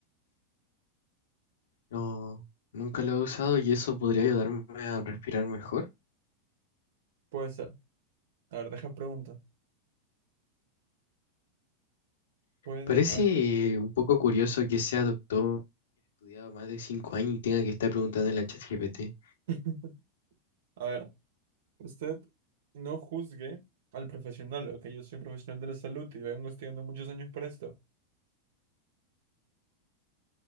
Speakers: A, on the left (about 90°); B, on the right (about 75°).
A: No, nunca lo he usado y eso podría ayudarme a respirar mejor.
B: Puede ser. A ver, deja pregunta. Puede.
A: Parece
B: ah,
A: un poco curioso que sea doctor, estudiado más de cinco años y tenga que estar preguntando a la ChatGPT.
B: <laughs> A ver. Usted no juzgue al profesional, ok, yo soy un profesional de la salud y vengo estudiando muchos años para esto.